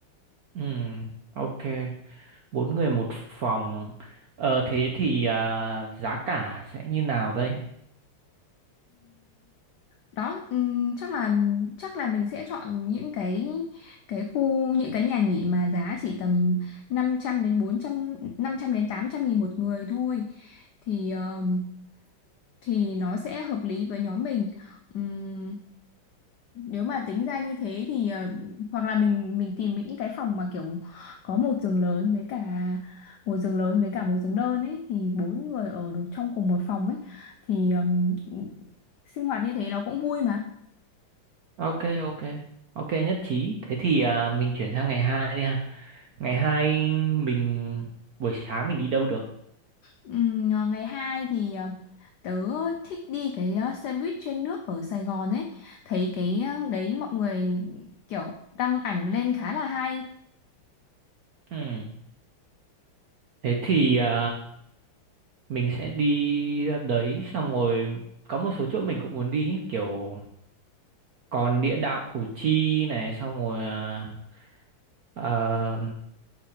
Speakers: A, on the right; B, on the left.
A: ừ, ok. bốn người một phòng ờ thế thì à, giá cả sẽ như nào đây
B: đó ừm, chắc là chắc là mình sẽ chọn những cái cái khu những cái nhà nghỉ mà giá chỉ tầm năm trăm đến bốn trăm năm trăm đến 800 nghìn một người thôi thì ờm, thì nó sẽ hợp lý với nhóm mình Ừm, nếu mà tính ra như thế thì ờ, hoặc là mình mình tìm những cái phòng mà kiểu có một giường lớn với cả một giường lớn với cả một giường đơn ấy thì bốn người ở được trong cùng một phòng ấy thì ờm, sinh hoạt như thế nó cũng vui mà
A: ok ok ok nhất trí thế thì à, mình chuyển sang ngày hai đi ha ngày hai mình buổi sáng mình đi đâu được
B: Ừm, ờ, ngày 2 thì ờ, tớ thích đi cái ờ, xe buýt trên nước ở Sài Gòn ấy thấy cái ờ, đấy mọi người kiểu đăng ảnh lên khá là hay
A: ừ. thế thì à, mình sẽ đi ra đấy xong rồi có một số chỗ mình cũng muốn đi kiểu còn địa đạo Củ Chi này xong rồi à, ờ,